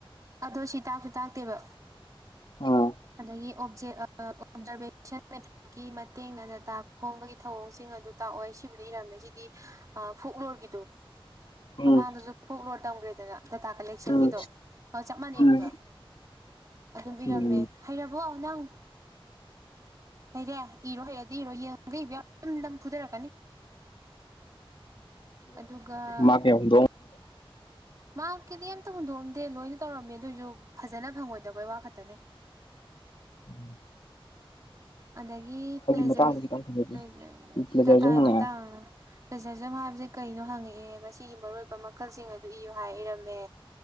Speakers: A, on the right; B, on the left.
A: ꯑꯗꯣ ꯁꯤ ꯇꯥꯛꯁꯨ ꯇꯥꯛꯇꯦꯕ
B: ꯑꯣ
A: ꯑꯗꯒꯤ ꯑꯣꯞꯖꯦꯛ ꯑꯥ ꯑꯣꯕꯖꯥꯔꯕꯦꯁꯟ ꯃꯦꯊꯠ ꯒꯤ ꯃꯇꯦꯡꯅꯅ ꯗꯇꯥꯥ ꯈꯣꯝꯕꯒꯤ ꯊꯧꯑꯣꯡꯁꯤꯡ ꯑꯗꯨ ꯇꯥꯛꯑꯣꯏ ꯁꯤꯕꯨꯗꯤ ꯏꯔꯝꯃꯦ ꯁꯤꯗꯤ ꯐꯣꯛꯂꯣꯔꯒꯤꯗꯣ
B: ꯎꯝ
A: ꯃꯃꯥꯡꯗꯁꯨ ꯐꯣꯛ ꯂꯣꯔ ꯇꯝꯈ꯭ꯔꯦꯗꯅ ꯗꯗꯥꯇꯥ ꯀꯂꯦꯛꯁꯟꯒꯤꯗꯣ
B: ꯎꯝ
A: ꯑ ꯆꯞ ꯃꯥꯟꯅꯩꯕ
B: ꯎꯝ
A: ꯑꯗꯨꯝ ꯏꯔꯝꯃꯦ
B: ꯎꯝ
A: ꯍꯩꯔꯕꯣ ꯅꯪ ꯍꯔꯦ ꯏꯔꯣ ꯍꯩꯔꯗꯤ ꯏꯔꯣ ꯌꯦꯡꯉꯒ ꯏꯕ ꯌꯥꯗ꯭ꯔ ꯗꯝ-ꯗꯝ ꯐꯨꯊꯔꯛꯀꯅꯤ ꯑꯗꯨꯒ
B: ꯃꯥ ꯀꯌꯥꯗ
A: ꯃꯥꯛꯀꯤꯗꯤ ꯑꯝꯇ ꯍꯨꯟꯗꯣꯛꯑꯝꯗꯦ ꯂꯣꯏꯅ ꯇꯧꯔꯝꯃꯦ ꯑꯗꯨꯑꯣꯏꯁꯨ ꯐꯖꯅ ꯐꯪꯉꯣꯏꯗꯕꯩ ꯋꯥ ꯈꯛꯇꯅꯦ
B: ꯎꯝ
A: ꯑꯗꯒꯤ ꯄ꯭ꯂꯦꯖꯔ
B: ꯃꯇꯥꯡꯗ ꯈꯤꯇꯪ ꯐꯖꯗꯦ
A: ꯄ꯭ꯂꯦꯖꯔ
B: ꯄ꯭ꯂꯦꯖꯔꯁꯨ
A: ꯇꯇꯥꯥꯚꯤ
B: ꯍꯪꯉꯛꯑꯦ
A: ꯃꯇꯥꯡ ꯄꯦꯁꯦꯟꯖꯝ ꯍꯥꯏꯕꯁꯦ ꯀꯩꯅꯣ ꯍꯪꯉꯛꯑꯦ ꯃꯁꯤꯒꯤ ꯃꯔꯨꯑꯣꯏꯕ ꯃꯈꯜꯁꯤꯡ ꯑꯗꯨ ꯏꯌꯣ ꯍꯥꯏ ꯏꯔꯝꯃꯦ